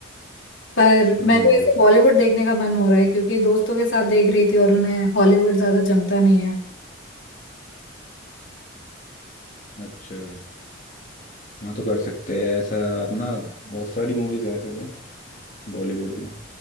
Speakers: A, on the left (about 80°); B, on the left (about 40°).
A: पर
B: हम्म
A: मैं तो ऐसे बॉलीवुड देखने का मन हो रहा है क्योंकि दोस्तों के साथ देख रही थी और उन्हें हॉलीवुड ज्यादा जमता नहीं है
B: अच्छा हाँ तो कर सकते हैं ऐसा आप ना बहुत सारी मूवीज ऐसे तो बॉलीवुड में